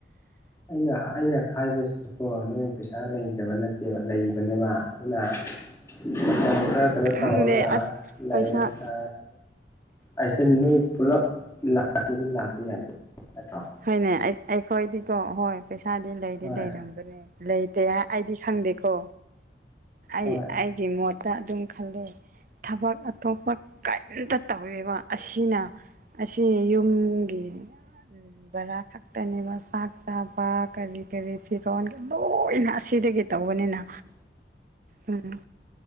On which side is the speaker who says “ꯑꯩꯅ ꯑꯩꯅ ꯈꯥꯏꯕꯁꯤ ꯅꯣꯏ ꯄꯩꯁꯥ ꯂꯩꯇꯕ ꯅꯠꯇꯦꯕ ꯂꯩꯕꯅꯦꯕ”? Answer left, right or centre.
Left